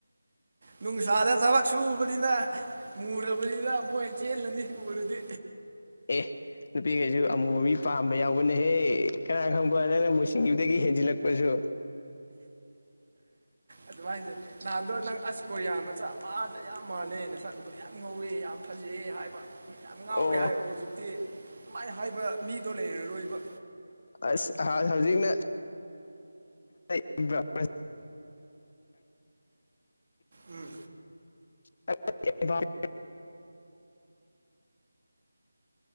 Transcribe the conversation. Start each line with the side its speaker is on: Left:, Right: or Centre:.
Right: ꯅꯨꯡꯁꯥꯗ ꯊꯕꯛ ꯁꯨꯕꯅꯤꯅ ꯃꯨꯔꯕ ꯑꯗ ꯄꯣ ꯆꯦꯜꯂꯅꯤ ꯑꯣꯏꯔꯗꯤ
Left: ꯑꯦ ꯅꯨꯄꯤꯈꯩꯁꯨ ꯑꯃꯨꯕ ꯃꯤ ꯄꯥꯝꯕ ꯌꯥꯎꯕꯅꯍꯦ ꯀꯅꯥ ꯈꯪꯕ ꯅꯪꯅ ꯃꯨꯁꯤꯡꯒꯤꯁꯤꯡꯗꯨꯗꯒꯤ ꯍꯦꯟꯖꯤꯜꯂꯛꯄꯁꯨ
Right: ꯑꯗꯨꯃꯥꯏꯁꯦ ꯅꯍꯥꯟꯗꯣ ꯅꯪ ꯑꯁ ꯀꯣꯔꯤꯌꯥ ꯃꯆꯥ ꯃꯥꯟꯅ ꯌꯥꯝ ꯃꯥꯜꯂꯦꯅ ꯅꯥꯁꯛꯇꯣ ꯌꯥꯝ ꯉꯧꯋꯦ ꯌꯥꯝ ꯐꯖꯩꯌꯦ ꯍꯥꯏꯕ ꯌꯥꯝ ꯉꯥꯎꯋꯦ
Left: ꯑꯣ
Right: ꯍꯥꯏꯕ ꯍꯧꯖꯤꯛꯇꯤ ꯑꯗꯨꯃꯥꯏꯅ ꯍꯥꯏꯕ ꯃꯤꯗꯣ ꯂꯩꯔꯔꯣꯏꯕ
Left: ꯑꯁ ꯍꯧꯖꯤꯛꯅ <unintelligible>
Right: ꯎꯝ
Left: <unintelligible>